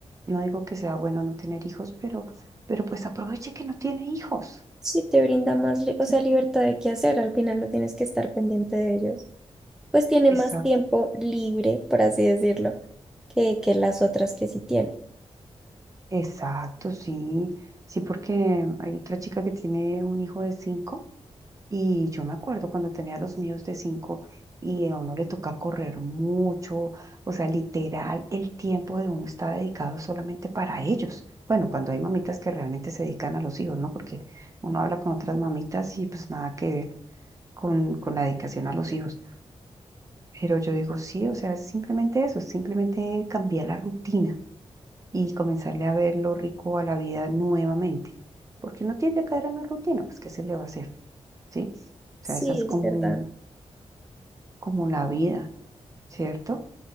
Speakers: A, on the right; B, in the centre.
A: No digo que sea bueno no tener hijos, pero, pero pues aproveche que no tiene hijos.
B: Sí, te brinda más, li- o
A: ¿sí?
B: sea, libertad de qué hacer, al final no tienes que estar pendiente de ellos. Pues tiene
A: Exacto.
B: más tiempo libre, por así decirlo, que, que las otras que sí tiene.
A: Exacto, sí. Sí, porque hay otra chica que tiene un hijo de cinco. Y yo me acuerdo cuando tenía los míos de cinco y a uno le toca correr mucho, o sea, literal, el tiempo de uno está dedicado solamente para ellos. Bueno, cuando hay mamitas que realmente se dedican a los hijos, ¿no? Porque uno habla con otras mamitas y pues nada que ver con, con la dedicación a los hijos. Pero yo digo, sí, o sea, es simplemente eso, es simplemente cambiar la rutina y comenzarle a ver lo rico a la vida nuevamente. Porque no tiende a caer en la rutina, pues ¿qué se le va a hacer? ¿Sí? O
B: Sí,
A: sea, esa es como
B: es verdad.
A: como la vida, ¿cierto?